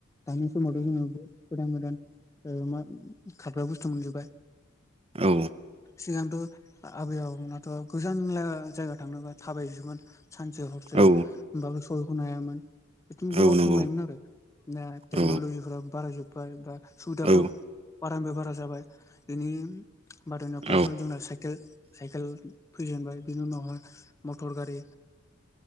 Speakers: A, on the left; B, on the right.
A: दानि समावथ' जोङो बहुत गोदान गोदान ओ मा खारग्रा बुस्थु मोनजोबबाय।
B: औ।
A: सिगांथ' आ-आबै आबौमोनाथ' गोजाननो जायगा थांनोबा थाबायसोमोन। सानसे हरसे
B: औ
A: होमबो सौहैख'नो हायामोन। खि गोबाव
B: औ नंगौ
A: सम लायोमोन आरो दा टेक्न'लजिफोरा
B: औ
A: बारायजोब्बाय बा सुबिदाफ्राबो
B: औ
A: बारानिफ्राय बारा जाबाय। बेनि बादायनायाव फार्सआवनो
B: औ
A: जोंना साइकेल साइकेल फैजेनबाय। बिनि उनावहाय मटर गारि।